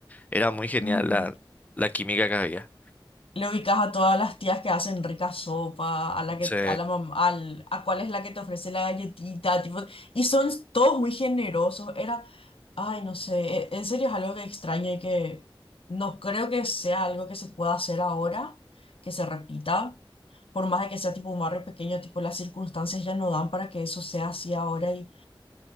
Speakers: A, on the left; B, on the left.
A: Era muy genial
B: Ujú.
A: la, la química que había.
B: Le ubicas a todas las tías que hacen rica sopa, a la
A: Sí,
B: que, a la mam- al, a cuál es la que te ofrece la galletita, tipo, y son todos muy generosos. Era, ay, no sé, e- en serio es algo que extraño y que no creo que sea algo que se pueda hacer ahora, que se repita, por más de que sea tipo un barrio pequeño, tipo las circunstancias ya no dan para que eso sea así ahora y